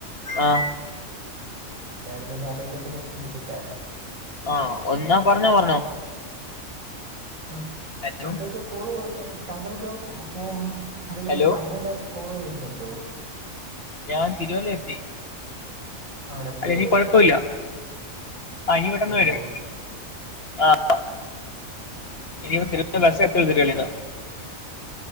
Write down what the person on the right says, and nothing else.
ഇല്ലായിരുന്നെങ്കി അദ്ദേഹത്തിന് ഇടിച്ചിട്ടേനെ.
ആഹ്
താങ്കൾക്ക് കോള് താങ്കൾക്ക് ഫോ എന്തെലും
അർജൻ്റായിട്ട് കോളോന്ന് വരുന്നുണ്ടോ?
ആണല്ലേ
ഓഹ്